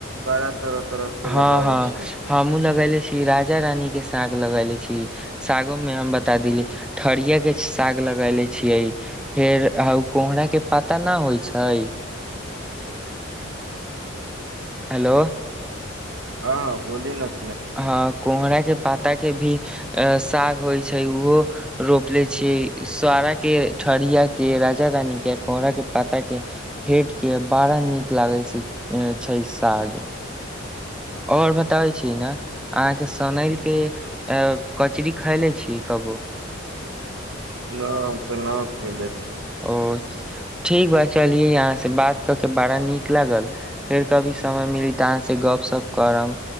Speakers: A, on the right; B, in the centre.
A: बारा तरह तरह के
B: हँ
A: लगाबै
B: हँ
A: छी
B: हमु लगैले छी राजा रानी के साग लगैले छी। सागोमे हम बता देली ठरिया के साग लगैले छियै। फेर हा उ कोहराके पाता ना होइ छाय
A: हूँ
B: हेलो
A: हँ बोलि नक
B: हँ कुम्हरा के पाता के भी अ साग होइ छै उहो रोप ले छियै सारा के ठरिया के राजा रानी के कोहरा के पाता के फेट के बड़ा नीक लागै सै छै साग आओर बताबै छी ना अहाँके सनैल के अ कचरी खइले छीयै कबो
A: ना हम तऽ ना खैले छीयै
B: ओ ठीक बा चलियै यहाँ से बात कऽ के बड़ा नीक लागल फेर कभी समय मिली तऽ अहाँसँ गप-सप करब